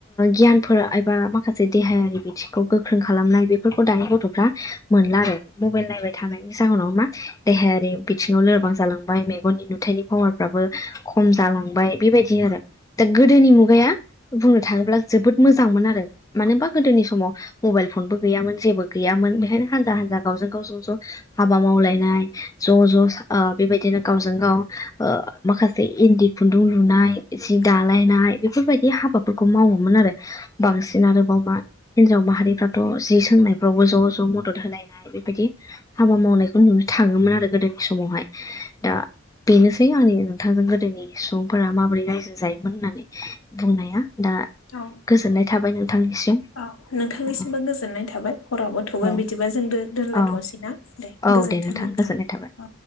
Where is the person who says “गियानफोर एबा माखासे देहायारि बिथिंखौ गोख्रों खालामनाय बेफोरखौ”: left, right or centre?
Left